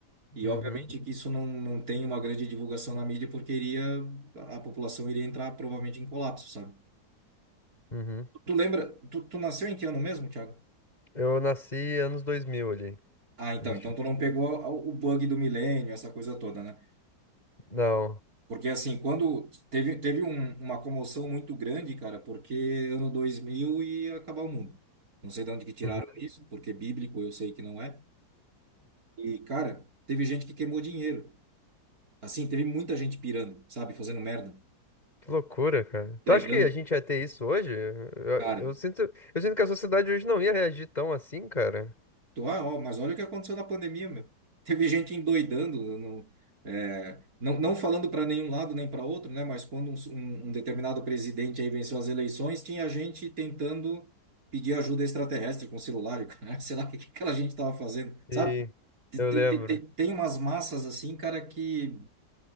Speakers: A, on the right; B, on the left.
A: E
B: uhum,
A: obviamente que isso não, não tem uma grande divulgação na mídia, porque iria, a população iria entrar provavelmente em colapso, sabe?
B: uhum.
A: Tu lembra, tu, tu nasceu em que ano mesmo, Thiago?
B: Eu nasci anos 2000, ali,
A: Ah, então,
B: início
A: então
B: de
A: tu
B: 2000.
A: não pegou a- o bug do milênio, essa coisa toda, né?
B: Não.
A: Porque assim, quando teve, teve um- uma comoção muito grande, cara, porque ano 2000 ia acabar o mundo. Não sei de onde que tiraram
B: Uhum.
A: isso, porque bíblico eu sei que não é. E, cara, teve gente que queimou dinheiro. Assim, teve muita gente pirando, sabe, fazendo merda,
B: Que loucura, cara. Tu
A: entregando,
B: acha que a gente ia ter isso hoje? Eu,
A: cara.
B: eu sinto, eu sinto que a sociedade hoje não ia reagir tão assim, cara.
A: Tu, ah, ó, mas olha o que aconteceu na pandemia, meu. Teve gente endoidando, não, é, não, não falando para nenhum lado nem para outro, né? Mas quando um, s- um- um determinado presidente aí venceu as eleições, tinha gente tentando pedir ajuda extraterrestre com celular, e o cara, <laughs> sei lá o que que aquela gente estava fazendo,
B: E
A: sabe? Te-
B: eu
A: te-
B: lembro.
A: te- te- Tem umas massas assim, cara, que,